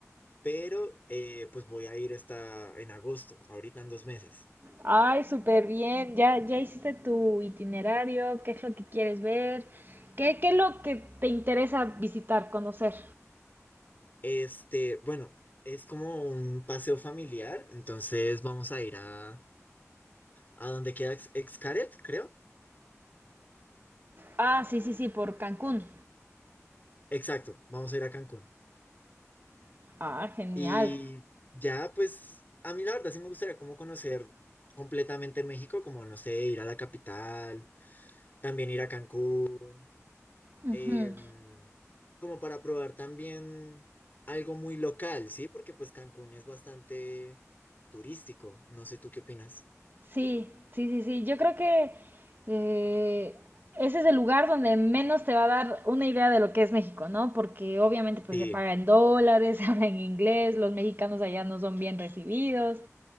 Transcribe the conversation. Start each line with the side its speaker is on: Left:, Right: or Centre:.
Left: pero eh, pues voy a ir esta en agosto, ahorita en dos meses.
Right: Ay, súper bien. Ya, ya hiciste tu itinerario, ¿qué es lo que quieres ver? ¿Qué, qué es lo que te interesa visitar, conocer?
Left: Este, bueno, es como un paseo familiar, entonces vamos a ir a, a donde queda Ex- Xcaret, creo.
Right: Ah, sí, sí, sí, por Cancún.
Left: Exacto, vamos a ir a Cancún.
Right: Ah, genial.
Left: Y ya, pues, a mí la verdad sí me gustaría como conocer completamente México, como, no sé, ir a la capital, también ir a Cancún,
Right: Ujú.
Left: em, como para probar también algo muy local, ¿sí? Porque pues Cancún es bastante turístico, no sé tú qué opinas.
Right: Sí, sí, sí, sí. Yo creo que eh, ese es el lugar donde menos te va a dar una idea de lo que es México, ¿no? Porque obviamente pues
Left: Sí,
Right: se paga en dólares, <laughs> se habla en inglés, los mexicanos allá no son bien recibidos,